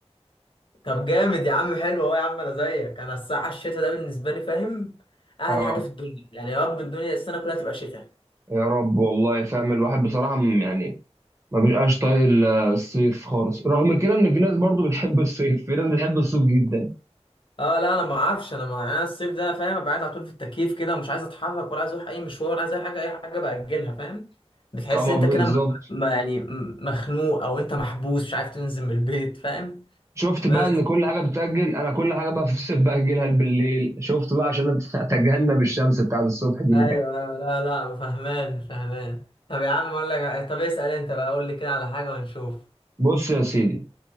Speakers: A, on the left (about 50°); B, on the right (about 25°).
A: طب جامد يا عم حلو اهو يا عم انا زيك انا الصراحه الشتاء ده بالنسبه لي فاهم اهل
B: اه
A: حاجه في الدنيا يعني يا رب الدنيا السنه كلها تبقى شتاء
B: يا رب والله فاهم الواحد بصراحه م- يعني ما بيبقاش طايق ال- الصيف خالص رغم كده ان في ناس برضو بتحب الصيف في ناس بتحب الصيف جدا
A: اه لا انا ما اعرفش انا ما انا الصيف ده فاهم ابقى قاعد على طول في التكييف كده ومش عايز اتحرك ولا عايز اروح اي مشوار ولا عايز اي حاجه اي حاجه باجلها فاهم بتحس
B: طبعا
A: انت
B: بالظبط
A: كده م- م- يعني م- مخنوق او انت محبوس مش عارف تنزل من البيت فاهم
B: شفت
A: بس
B: بقى ان كل حاجه بتتاجل انا كل حاجه بقى في الصيف باجلها بالليل شفت بقى عشان أت- اتجنب الشمس بتاعت الصبح دي
A: ايوه ايوه لا لا فهمان فهمان طب يا عم اقول لك طب اسأل انت بقى قول لي كده على حاجة ونشوف
B: بص يا سيدي